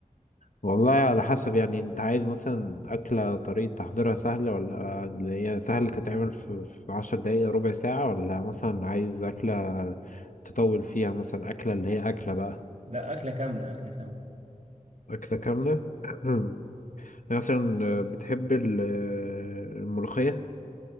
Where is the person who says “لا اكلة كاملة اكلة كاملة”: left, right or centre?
Right